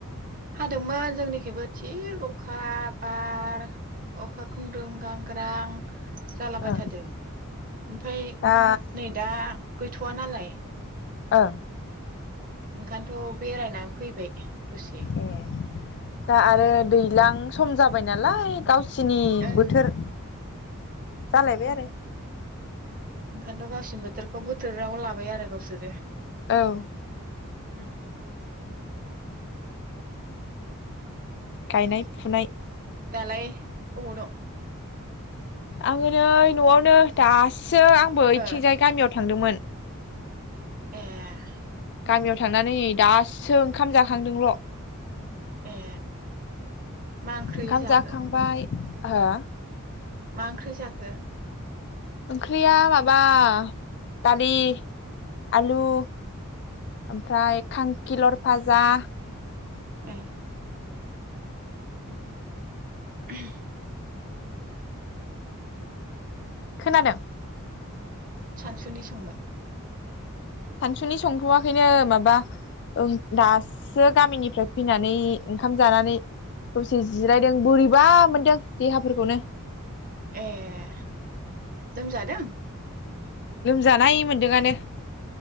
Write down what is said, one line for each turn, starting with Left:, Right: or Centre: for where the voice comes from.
Right: हादोंमोन जोंनिखबो थिग अखा बार अखा ग्रुं गांगरां जालाबाय
Left: ओं
Right: थादों ओमफ्राय
Left: दा
Right: नै दा गैथवा नालाय
Left: ओं
Right: ओंखायनोथ बेरायनानै फैबाय दसे
Left: ए दा आरो दैज्लां सम जाबाय नालाय गाव <unintelligible>
Right: ओं
Left: बोथोर जालायबाय आरो
Right: ओंखायथ' गावसिनि बोथोरखौ बोथोराव लाबाय आरो गावसोर ।
Left: औ ।
Right: उम्म ।
Left: गायनाय फुनाय
Right: लाय अबाव दं?
Left: आंङो नै न'आवनो दास सो आंबो इथिंजाय
Right: ओ
Left: गामियाव थ थांदोंमोन ।
Right: ए ।
Left: गामियाव थांनानै नै दासो ओंखाम जाखांदोंल' ।
Right: ए मा ओंख्रि
Left: ओंखाम
Right: जाखो?
Left: जाखांबाय हो?
Right: मा ओंख्रि जाखो?
Left: ओंख्रिया माबा दालि आलु । ओमफ्राय खांखिलर । फाजा ।
Right: ए । उम्म ।
Left: खोनादों?
Right: सानसुनि संबाय?
Left: सानसुनि संथ'वा खोयनो माबा ओं दासो गामिनिफ्राय फैनानै ओंखाम जानानै दसे जिरायदों बोरैबा मोनदों देहाफोरखौनो ।
Right: ए लोमजादों?
Left: लोमजानाय मोन्दोंआनो ।